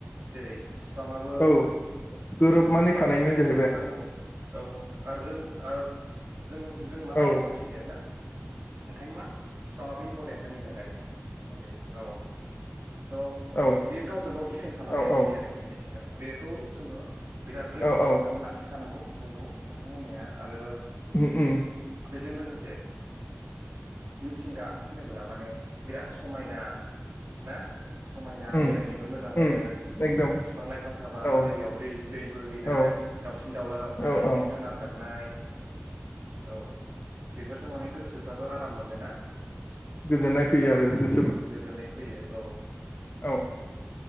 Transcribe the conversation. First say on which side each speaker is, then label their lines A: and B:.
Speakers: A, on the right; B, on the left.
A: जेरै बिफाङाबो
B: औ गोरोबनानै
A: बिफांनि
B: थानायनि
A: थाखायबो
B: जाहै
A: जोंखौ नांगौ औ आरो जों आरो जों जों मा लायो
B: औ
A: अक्सिजेन ना ओंखायनो मा बिफाङाबो इम परटेन जोंनि थाखाय मुलि औ <inaudible> स'
B: औ
A: बेयो गावजों गाव डिफेन्ड खालामलायखायो
B: औ औ
A: आरोखि मिथिंगा बेखौ जोङो बिराद रैखा
B: औ
A: खालाम
B: औ
A: लाखिखानांगौ नंगौ ओम नोंथां होननाया आरो
B: हो ओम
A: बेजों लोगोसे मिथिंगा होनोब्ला माने बिराद समायना ना समायना
B: उम
A: बेरायनोबो मोजां मोनो
B: उम एकदम
A: बिफां लाइफां थाबा
B: औ
A: जायगायाव दै दै बोहैनाय
B: औ
A: दाउसिन दाउला गाबनाय
B: औ औ
A: जिब जुनार गाबनाय औ बेफोरजों माने गोसोफ्राबो आराम मोनोना
B: गोजोननाय फैयो आरो गोसो
A: गोजोननाय फैयो औ
B: औ